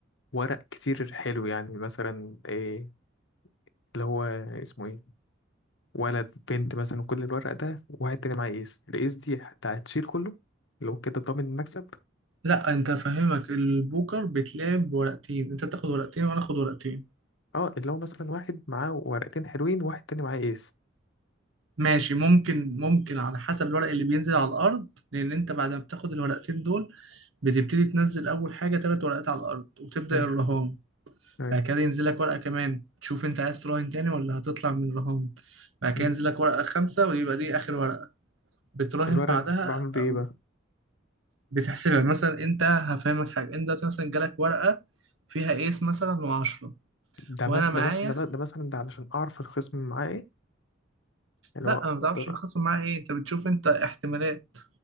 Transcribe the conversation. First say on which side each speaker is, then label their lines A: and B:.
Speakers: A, on the left (about 65°); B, on the right (about 80°).
A: ورق كتير حلو يعني مثلا ايه اللي هو اسمه ايه ولد بنت مثلا كل الورق ده وواحد تاني معاه ايس الايس دي حتى هتشيل كله لو كده ضامن المكسب
B: لا أنت فاهمك البوكر بتلعب بورقتين أنت تاخد ورقتين وأنا آخد ورقتين
A: اه اللي هو مثلا واحد معاه ورقتين حلوين وواحد تاني معاه ايس
B: ماشي ممكن ممكن على حسب الورق اللي بينزل على الأرض لأن أنت بعد ما بتاخد الورقتين دول بتبتدي تنزل اول حاجه ثلاث ورقات على الارض وتبدا
A: مم.
B: الرهان
A: أيوة.
B: بعد كده ينزل لك ورقه كمان تشوف انت عايز تراهن تاني ولا هتطلع من الرهان بعد كده
A: مم.
B: ينزل لك ورقه خمسه ويبقى دي اخر ورقه بتراهن
A: الورق
B: بعدها
A: ده بعمل بيه
B: او
A: ايه بقى
B: بتحسبها مثلا انت هفهمك حاجه انت دلوقتي مثلا جالك ورقه فيها ايس مثلا وعشرة
A: ده
B: وانا
A: مس
B: معايا
A: ده مس ده, مس ده مثلا ده علشان اعرف الخصم اللي معاه ايه اللي
B: لا
A: هو
B: ما بتعرفش
A: اقدر
B: الخصم معاه ايه انت بتشوف انت احتمالات